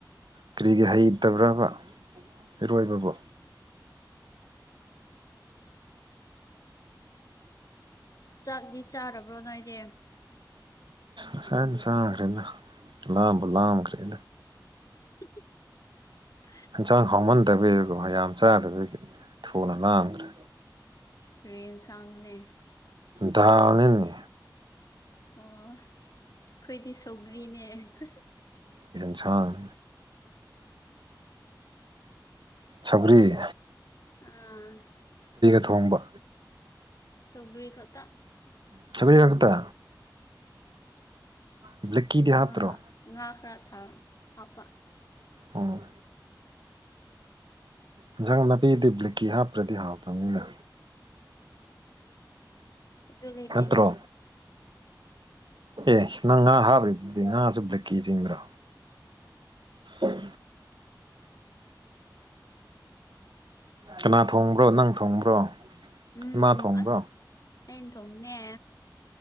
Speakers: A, on the right (about 80°); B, on the left (about 50°).
A: ꯀꯔꯤꯒꯤ ꯍꯩꯇꯕ꯭ꯔꯕ ꯏꯔꯣꯏꯕꯕꯨ
B: ꯆꯥꯛꯗꯤ ꯆꯥꯔꯕ꯭ꯔꯣ ꯅꯏꯗꯦ
A: ꯑꯁ ꯏꯟꯁꯥꯡ ꯈꯔꯤꯅꯥ ꯂꯝ ꯕꯂꯝ ꯈꯔꯤ
B: <unintelligible>
A: ꯍꯟꯁꯥꯡ ꯍꯥꯎꯃꯟꯗꯕꯣ ꯌꯥꯝ ꯆꯥꯗꯕ ꯊꯨꯅ ꯂꯥꯝꯈ꯭ꯔꯦ
B: ꯔꯔꯤꯟ ꯁꯥꯡꯒꯅꯦ
A: ꯅꯤꯅꯤ
B: ꯑꯣ ꯑꯩꯈꯣꯏꯗꯤ ꯁꯧꯒ꯭ꯔꯤꯅꯦ
A: ꯆꯥ ꯁꯕꯔꯤ
B: ꯑꯥ
A: ꯊꯣꯡꯕ
B: ꯁꯧꯒ꯭ꯔꯤ ꯈꯛꯇ
A: ꯁꯒꯔꯤ ꯈꯛꯇ ꯕ꯭ꯂꯦꯛꯀꯤꯗꯤ
B: ꯉ
A: ꯍꯥꯞꯇ꯭ꯔꯣ
B: ꯉ ꯈꯔꯥ ꯊꯥ ꯍꯥꯥꯄ
A: ꯑ ꯏꯟꯁꯥꯡ ꯅꯥꯄꯤꯗꯤ ꯕ꯭ꯂꯤꯛꯀꯤ ꯍꯥꯞꯄ꯭ꯔꯗꯤ ꯍꯥꯎꯇꯕꯅꯤꯅ
B: ꯇꯣ ꯂꯩꯇꯅꯦ
A: ꯅꯠꯇ꯭ꯔꯣ ꯑꯦ ꯅꯪ ꯉꯥ ꯍꯥꯞꯕ꯭ꯔꯤꯗꯤ ꯉꯥꯁꯨꯕꯗ ꯀꯤ ꯆꯤꯡꯕ꯭ꯔꯣ ꯎꯝ ꯀꯅꯥ ꯊꯣꯡꯕ꯭ꯔꯣ ꯅꯪ ꯊꯣꯡꯕ꯭ꯔꯣ
B: ꯎꯝ
A: ꯏꯃꯥ ꯊꯣꯡꯕ꯭ꯔꯣ
B: ꯑꯁ ꯑꯩꯅ ꯊꯣꯡꯅꯦ